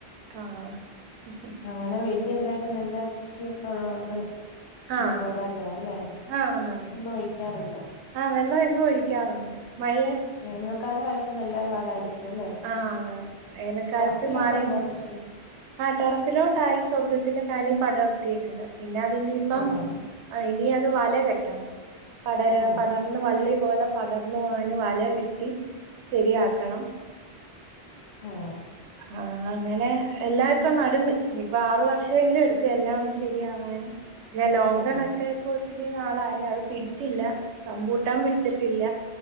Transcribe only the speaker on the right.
ആഹ് <inaudible>
ആഹ്
ആഹ് അതാ
ആഹ് വെള്ളം എന്നും ഒഴിക്കാറുണ്ട്. മഴേ
ആഹ് അതാണ് വേനൽക്കാലത്ത്
മാറി
ആഹ് ടെറസിലോട്ടാ ഈ സ്വർഗ്ഗത്തിലെ കാനി പടർത്തിയേക്കുന്നെ പിന്നെ അത് ഇനിയിപ്പം
ആഹ് ഇനി അത് വല കെട്ടണം പടരാ
പട ഒന്ന് വള്ളി പോലെ പടർന്നു പോവാന് വല കെട്ടി ശരിയാക്കണം
ആഹ് അങ്ങനെ എല്ലാ ഇപ്പൊ നടുന്ന് ഇനീപ്പൊ ആറു വർഷെങ്കിലും എടുക്കും എല്ലാം ഒന്ന് ശരിയാവാൻ ഞാൻ ലോങ്കണൊക്കെ
ഇപ്പൊ ഒത്തിരി നാളായി അത് പിടിച്ചില്ല റമ്പൂട്ടാൻ പിടിച്ചിട്ടില്ല